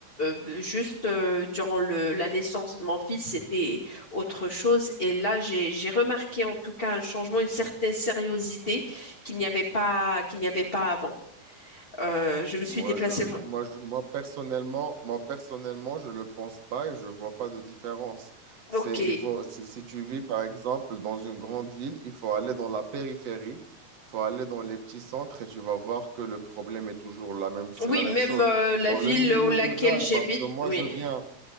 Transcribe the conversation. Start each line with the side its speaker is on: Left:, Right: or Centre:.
Left: euh, juste euh, durant le, la naissance de mon fils, c'était autre chose. Et là, j'ai, j'ai remarqué en tout cas un changement, une certaine sériosité qu'il n'y avait pas, qu'il n'y avait pas avant. Euh, je me suis
Right: Moi,
Left: déplacée.
Right: je,
Left: vra-
Right: moi, je, moi, personnellement, moi, personnellement, je le pense pas et je vois pas de différence.
Left: Ok.
Right: C'est, il faut, si, si tu vis, par exemple, dans une grande ville, il faut aller dans la périphérie, il faut aller dans les petits centres et tu vas voir que le problème est toujours la même, c'est
Left: Oui,
Right: la
Left: même
Right: même chose.
Left: euh, la
Right: Dans
Left: ville
Right: le milieu
Left: où laquelle
Right: rural,
Left: j'habite.
Right: parce que moi,
Left: Oui,
Right: je viens,